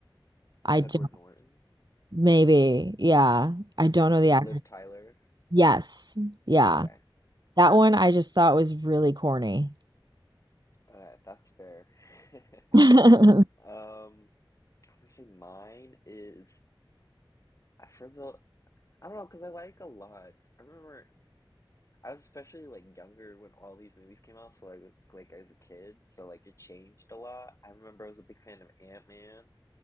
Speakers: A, on the right (about 55°); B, on the left (about 40°).
A: I
B: Edward
A: don't
B: Norton.
A: maybe. Yeah. I don't know
B: And
A: the actor.
B: Liv Tyler.
A: Yes. Yeah.
B: Okay.
A: That one I just thought was really corny.
B: Okay, that's fair.
A: <laughs>
B: <laughs> Um, I'm gonna say mine is I for the I don't know because I like a lot. I remember I was especially like younger when all these movies came out, so like like as a kid, so like it changed a lot. I remember I was a big fan of Ant-Man.